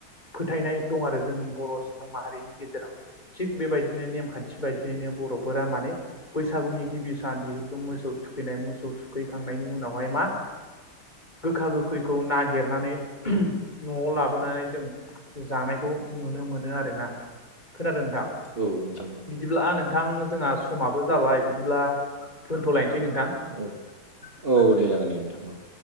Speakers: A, on the left; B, on the right.
A: फोथायनाय दं आरो जों बर' सुबुं माहारिनि गेजेराव थिग बेबायदिनो नेम। बायदियैनो बर'फोरा माने बैसागुनि गिबि सान जिहेथु मोसौ थुखैनाय मोसौ थुखैखांनायनि उनावहाय मा गोखा गोखैखौ नागिरनानै। न'आव लाबोनानै जों जानायखौ नुनो मोनो आरोना खोनादों नोंथां।
B: औनो।
A: बिदिब्ला नोंथां जोंहा समाबो जाबाय बिदिब्ला दोनथ'लायनोसै नोंथां।
B: औ औ दे जागोन दे नोंथां औ।